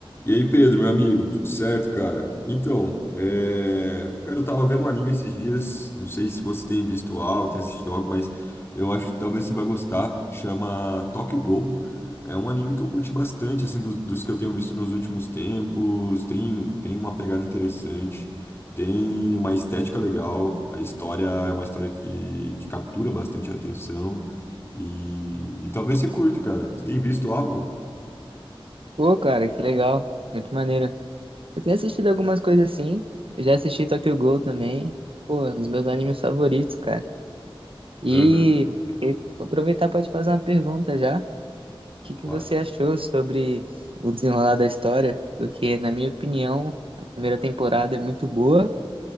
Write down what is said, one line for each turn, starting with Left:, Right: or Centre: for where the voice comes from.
Left: E aí, Pedro, meu amigo, tudo certo, cara? Então, é... cara, eu tava vendo um anime esses dias, não sei se você tem visto algo, tem assistido algo, mas eu acho que talvez você vai gostar, chama Tokyo Ghoul. É um anime que eu curti bastante, assim, dos, dos que eu tenho visto nos últimos tempos, tem, tem uma pegada interessante, tem uma estética legal, a história é uma história que, que captura bastante a atenção, e, e talvez você curta, cara. Você tem visto algo?
Right: Pô, cara, que legal. Muito maneiro. Eu tenho assistido algumas coisas assim. Eu já assisti Tokyo Ghoul também. Pô, um dos meus animes favoritos, cara. E
Left: Aham.
Right: eu vou aproveitar para te fazer uma pergunta já. O que que
Left: Claro.
Right: você achou sobre o desenrolar da história? Porque, na minha opinião, a primeira temporada é muito boa,